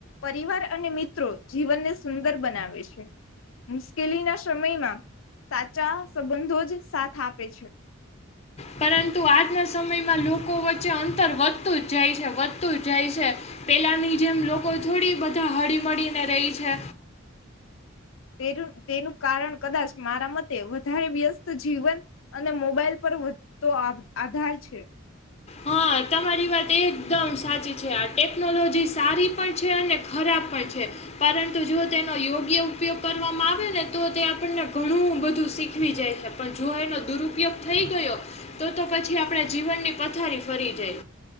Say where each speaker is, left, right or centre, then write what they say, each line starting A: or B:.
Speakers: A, on the left; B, on the left.
A: પરિવાર અને મિત્રો જીવનને સુંદર બનાવે છે મુશ્કેલીના સમયમાં સાચા સંબંધો જ સાથ આપે છે.
B: પરંતુ આજના સમયમાં લોકો વચ્ચે અંતર વધતું જ જાય છે વધતું જ જાય છે પહેલાની જેમ લોકો થોડી બધા હળીમળીને રહી છે.
A: તેર તેનું કારણ કદાચ મારા મત તે વધારે વ્યસ્ત જીવન અને મોબાઈલ પર વધતો આ આધાર છે.
B: હા તમારી વાત એકદમ સાચી છે આ ટેકનોલોજી સારી પણ છે અને ખરાબ પણ છે પરંતુ જો તેનો યોગ્ય ઉપયોગ કરવામાં આવે્યો ને તો તે આપણને ઘણું બધું શીખવી જાય છે પણ જો એનો દુરુપયોગ થઈ ગયો તો તો પછી આપણા જીવનની પથારી ફરીજય.